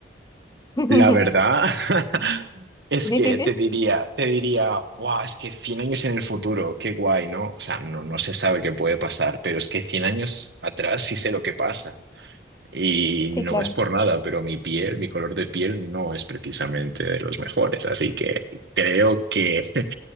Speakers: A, on the left; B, on the right.
A: <laughs>
B: La verdad <laughs> es
A: ¿Difícil?
B: que te diría, te diría, guau, es que 100 años en el futuro, qué guay, ¿no? O sea, no, no se sabe qué puede pasar, pero es que 100 años atrás sí sé lo que pasa. Y
A: Sí,
B: no
A: claro.
B: es por nada, pero mi piel, mi color de piel no es precisamente de los mejores. Así que creo que <laughs>